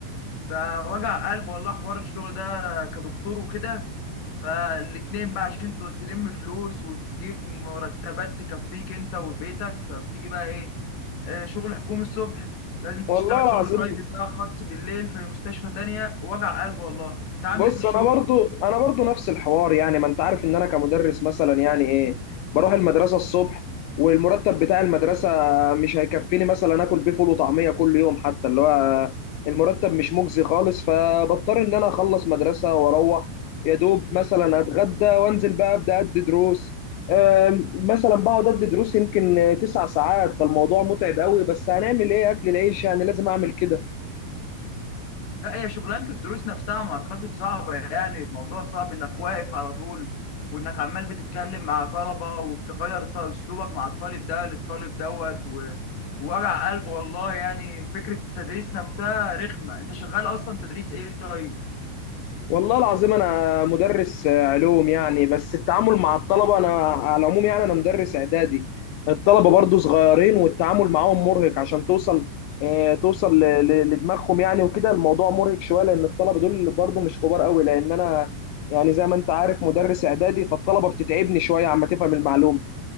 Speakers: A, on the left; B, on the left.
A: فوجع قلب والله حوار الشغل ده كدكتور وكده فالاتنين بقى عشان ت- تلم فلوس وتجيب مرتبات تكفيك انت وبيتك فبتيجي بقى ايه آه، شغل حكومي الصبح لازم
B: والله
A: تشتغل
B: العظيم
A: شغل برايفت بقى خاص بالليل في مستشفى تانية وجع قلب والله انت عامل
B: بص
A: ايه في الشغل
B: انا برضو انا برضو نفس الحوار يعني ما انت عارف ان انا كمدرس مثلا يعني ايه بروح المدرسه الصبح والمرتب بتاع المدرسه مش هيكفيني مثلا اكل بيه فول وطعميه كل يوم حتى اللي هو المرتب مش مجزي خالص فبضطر ان انا اخلص مدرسه واروح يا دوب مثلا اتغدى وانزل بقى ابدا ادي دروس أم، مثلا بقعد ادي دروس يمكن تسع ساعات فالموضوع متعب قوي بس هنعمل ايه اكل العيش يعني لازم اعمل كده
A: لا هي شغلانة الدروس نفسها ما أعتقد صعبة يعني الموضوع صعب إنك واقف على طول وإنك عمال بتتكلم مع طلبة وبتغير ط- أسلوبك مع الطالب ده للطالب دوت و- ووجع قلب والله يعني فكرة التدريس نفسها رخمة أنت شغال أصلا تدريس إيه طيب؟
B: والله العظيم انا مدرس علوم يعني بس التعامل مع الطلبه انا على العموم يعني انا مدرس اعدادي الطلبه برضو صغيرين والتعامل معاهم مرهق عشان توصل آه، توصل ل- ل- لدماغهم يعني وكده الموضوع مرهق شويه لان الطلبه دول برضو مش كبار قوي لان انا يعني زي ما انت عارف مدرس اعدادي فالطلبه بتتعبني شويه عما تفهم المعلومه